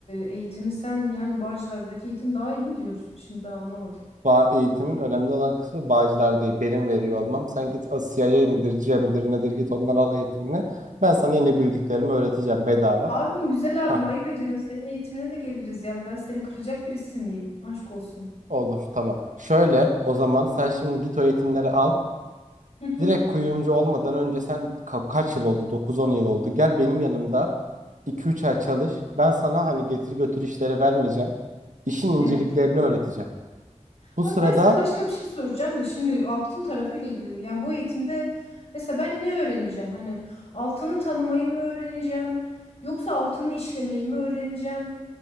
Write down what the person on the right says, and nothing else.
ba eğitimin önemli olan kısmı Bağcılar değil benim veriyor olmam sen git o CIA midir C midir nedir git ondan al eğitimini ben sana yine bildiklerimi öğreteceğim bedava.
Hah
olur tamam şöyle o zaman sen şimdi git o eğitimleri al.
Direkt kuyumcu olmadan önce sen ka- kaç yıl oldu? 9-10 yıl oldu. Gel benim yanımda 2-3 ay çalış. Ben sana hani getir götür işleri vermeyeceğim. İşin inceliklerini
öğreteceğim. Bu
sırada